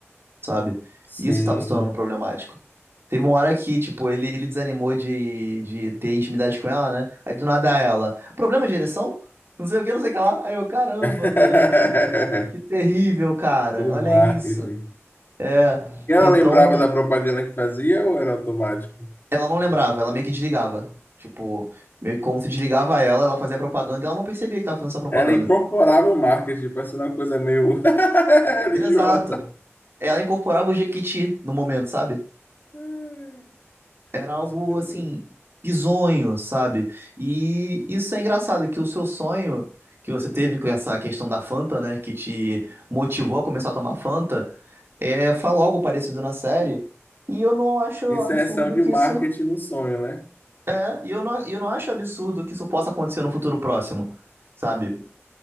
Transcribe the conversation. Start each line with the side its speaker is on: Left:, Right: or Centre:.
Right: sabe?
Left: Sim.
Right: E Isso estava se tornando problemático. Teve uma hora que, tipo, ele, ele desanimou de, de ter intimidade com ela, né? Aí do nada ela, problema de ereção? Não sei o que, não sei o que lá. Aí eu, caramba,
Left: <laughs>
Right: velho, olha que, que terrível, cara.
Left: O
Right: Olha
Left: marketing.
Right: isso. É,
Left: E ela
Right: então
Left: lembrava da propaganda que fazia ou era automático?
Right: ela não lembrava, ela meio que desligava. Tipo, meio que como se desligava ela, ela fazia propaganda e ela não percebia que tava fazendo essa propaganda.
Left: Ela incorporava o marketing, parecendo uma coisa meio <laughs> religiosa.
Right: Exato. Ela incorporava o Jequiti no momento, sabe?
Left: Ai,
Right: era algo
Left: super-
Right: assim, bizonho, sabe? E isso é engraçado, que o seu sonho que você teve com essa questão da Fanta, né, que te motivou a começar a tomar Fanta, é, fala algo parecido na série. E eu não acho
Left: Inserção
Right: absurdo
Left: de
Right: que
Left: marketing
Right: isso.
Left: no sonho, né?
Right: É, e eu não, e eu não acho absurdo que isso possa acontecer no futuro próximo, sabe?